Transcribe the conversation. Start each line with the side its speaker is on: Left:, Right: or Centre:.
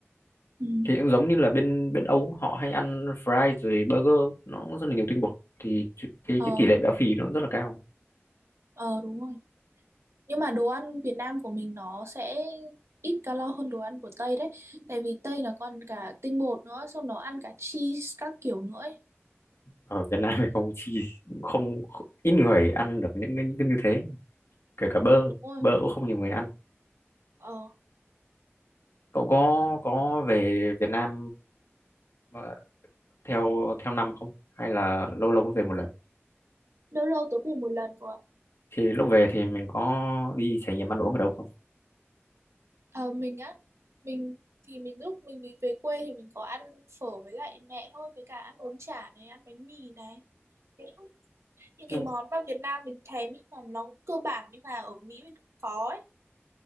Right: Ừ,
Left: thì cũng giống như là bên bên Âu họ hay ăn fry rồi burger nó cũng rất là nhiều tinh bột thì cái
Right: ờ,
Left: cái tỷ lệ béo phì nó cũng rất là cao
Right: ờ đúng rồi. Nhưng mà đồ ăn Việt Nam của mình nó sẽ ít calo hơn đồ ăn của Tây đấy. Tại vì Tây nó còn cả tinh bột nữa, xong nó ăn cả cheese các kiểu nữa ấy.
Left: ở Việt Nam thì không chi không ít người ăn được những cái, những cái như thế kể cả bơ
Right: Đúng rồi.
Left: bơ cũng không nhiều người ăn
Right: Ờ,
Left: cậu có có về Việt Nam ờ, theo theo năm không hay là lâu lâu mới về một lần
Right: lâu lâu tớ về một lần cơ ạ.
Left: thì lúc về thì mình có đi trải nghiệm ăn uống ở đâu không
Right: Ờ, mình á, mình thì mình lúc mình đi về quê thì mình có ăn phở với lại mẹ thôi, với cả ăn bún chả này, ăn bánh mì này. Thế thôi. Những
Left: Ừ,
Right: cái món mà Việt Nam mình thèm ấy mà nó cũng cơ bản nhưng mà ở Mỹ mình không có ấy.